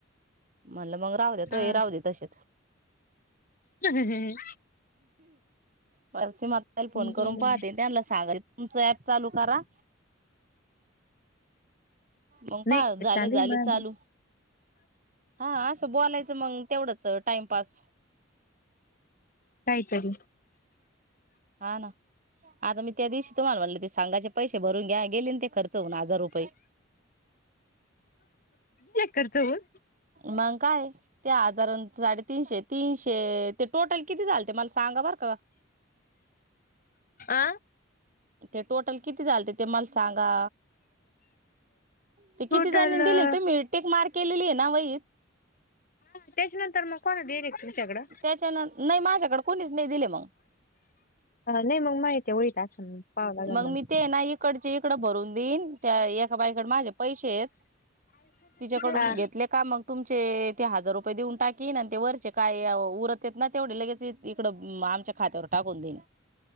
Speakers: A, on the right (about 40°); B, on the left (about 45°).
A: म्हणलं मग राहू द्या तो
B: हा
A: हे राह दे तसेच
B: हम्म,
A: परसि माता फोन करून
B: बरं.
A: पाहते त्यांना सांगा तुमचं ऍप चालू करा मंग पा
B: नाही
A: झाले
B: चालू
A: झाले
B: आहे माझे
A: चालू हा अस बोलायचं मग तेवढंच टाइमपास
B: तरी
A: हा ना आता मी त्या दिवशी तुम्हाला म्हले ते सांगायचे पैसे भरून घ्या गेले ते खर्च चौदा हजार रुपये
B: कर्ज बघुन
A: मग काय त्या हजारां साडेतीनशे तीनशे ते टोटल किती झाल ते मला सांगा बर का.
B: आ?
A: ते टोटल किती झाल ते ते मला सांगा. ते किती
B: टोटल
A: जणीनी
B: हा
A: दिले त टिक मार्क केलेली आहे ना वहित
B: त्याच्यानंतर मग कोणा डिरेक्ट तुमच्याकडं
A: त्याच्यान नाही माझ्याकडे कोणीच नाही दिले मग?
B: नाही मग माहिती होईल असं पाहावं लागेल
A: मग मी ते ना इकडचे इकड भरून देईन त्या एका बाइ तिच्याकडे माझे पैसे तिच्याकडून
B: हा,
A: घेतले का मग तुमचे ते हजार रुपये देऊन टाकीन ते वरचे काय उरतेत ना तेवढे लगेच इकडं आमच्या खात्यावर टाकून देईन.